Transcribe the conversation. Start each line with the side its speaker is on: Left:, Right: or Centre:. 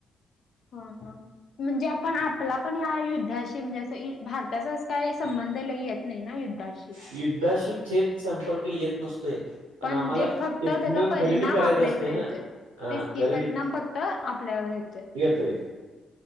Left: हा हा. म्हणजे आपण आपला पण या युद्धाशी म्हणजे असं इ भारताचा असं काय संबंध लय येत नाही ना युद्धाशी.
Right: युद्धाशी थेट संपर्क येत नसतोय.
Left: पण
Right: आम्हाला
Left: म्हणजे फक्त
Right: तिथनं
Left: त्याचा परिणाम
Right: खरेदी करायचं
Left: आपल्या
Right: असतंय
Left: इकडे
Right: ना
Left: येतोय.
Right: हा
Left: तेचकी
Right: खरेदी
Left: परिणाम फक्त आपल्यावर होेतोय.
Right: तेय.